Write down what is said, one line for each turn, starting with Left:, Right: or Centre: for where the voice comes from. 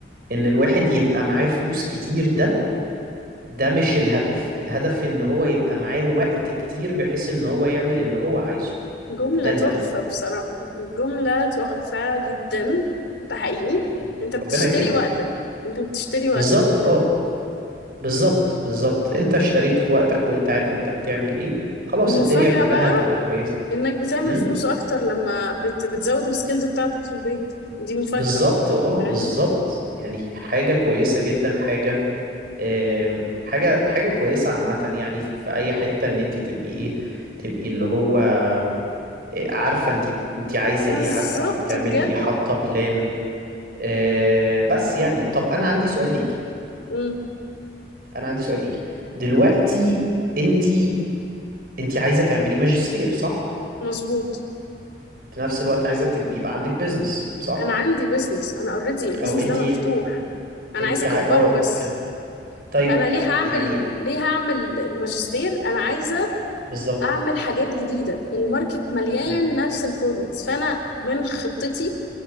Right: ان الواحد يبقى معاه فلوس كتير ده ده مش الهدف الهدف ان هو يبقى معاه وقت كتير بحيث ان هو يعمل اللي هو عايزه
Left: جمله
Right: يعني ده الهدف
Left: تحفه
Right: بقى
Left: بصراحه الجمله تحفه جدا ده حقيقي
Right: مم.
Left: انت بتشتري
Right: ربنا يكرمك
Left: وقتك انت بتشتري وقتك
Right: بالظبط
Left: من الآخر.
Right: اه بالظبط بالظبط انت اشتريت وقتك وانت عارف انت بتعمل ايه خلاص
Left: والمفاجأة
Right: الدنيا كلها
Left: بقى
Right: هتبقى كويسة
Left: انك بتعمل
Right: امم
Left: فلوس اكتر لما بت بتزود السكيلز بتاعتك في البيت دي مفاجأة
Right: بالظبط
Left: بقى
Right: اه
Left: فاهم
Right: بالظبط يعني حاجة كويسة جدا حاجة آم، حاجة حاجة كويسة عامة يعني في في اي حتة ان انت تبقي ايه تبقي اللي هو آه، عارفة انت انت عايزة
Left: بالظبط
Right: ايه عارفة انت بتعملي
Left: بجد
Right: ايه حاطة بلان آه، بس يعني طب انا عندي سؤال ليكي
Left: مم.
Right: انا عندي سؤال ليكي دلوقتي انت انت عايزة تعملي ماجستير صح؟
Left: مظبوط
Right: في نفس الوقت عايزة تبقى يبقى عندك بيزنس صح؟
Left: انا عندي بيزنس انا اوريدي البيزنس
Right: أو أنتي
Left: ده مفتوح انا
Right: أنتي
Left: عايزة اكبره
Right: عاي... أه
Left: بس
Right: حلو طيب
Left: فانا ليه هعمل
Right: يعني
Left: ليه هعمل الماجستير انا عايزة
Right: بالظبط
Left: اعمل حاجات جديدة الماركت مليان
Right: امم
Left: نفس البرودكتس فانا من خطتي